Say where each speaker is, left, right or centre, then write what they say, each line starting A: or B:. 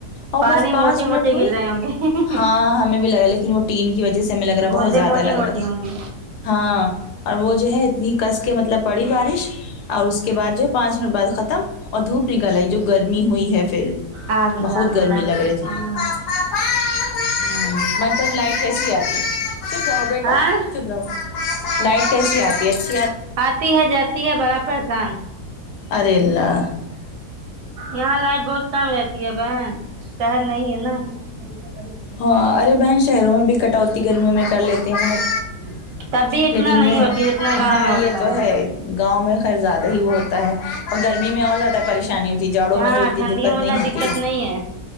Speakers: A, on the left; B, on the right.
A: اور
B: پانی
A: بس پانچ
B: موٹے موٹے
A: منٹ ہوئی
B: گر رہے ہوں گے
A: ہاں ہمیں بھی لگا لیکن وہ ٹین کی وجہ سے ہمیں لگارا
B: بوندے
A: بہت زیادہ
B: موٹی
A: لگ
B: موٹی
A: رہا تھا
B: ہوں گی
A: ہاں اور وہ جو ہے اتنی کس کے مطلب پڑی بارش اور اس کے بعد جو ہے پانچ منٹ بعد ختم اور دھوپ نکال آئی جو گرمی ہوئی ہے فھر
B: آ گئی
A: بہت
B: آ گئی
A: گرمی
B: لائٹ
A: لگ رہی تھی
B: ہاں
A: ہون منچ لائٹ وسی آتی چپ رہو بیٹا
B: ہاں
A: چپ لائٹ کیسی آتی ہے ا
B: آتی ہے جاتی ہے بڑا پریشان
A: ارے اللہ
B: یہاں لائٹ بہت کم رہتی ہے بہن شہر نہیں ہے نا <unintelligible>
A: ہاں ارے بہن شہروں میں بھی کٹوتی گرمیوں میں کر لیتے ہیں بہت
B: تبھی اتنا
A: لیکن
B: نہیں
A: یہ ہے
B: ہوتی جتنا گاؤں
A: ہاں
B: میں ہوتا
A: یہ تو
B: ہے
A: گاؤں میں خیر زیادہ ہی وہ ہوتا ہے اور گرمی میں اور زیادہ پریشانی ہو جی جاڑوں
B: ہاں
A: میں تو اتنی
B: ٹھنڈیوں
A: دقت
B: میں
A: نہیں
B: اتنا
A: ہوتی
B: دقت نہیں ہے